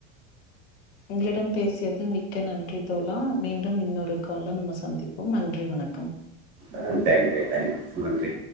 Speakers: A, on the left; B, on the right.
A: உங்களிடம் பேசியது மிக்க நன்றி தோழா மீண்டும் இன்னொரு கால்ல நம்ம சந்திப்போம் நன்றி வணக்கம்
B: ஆ தேங்க்யூ தேங்க்யூ நன்றி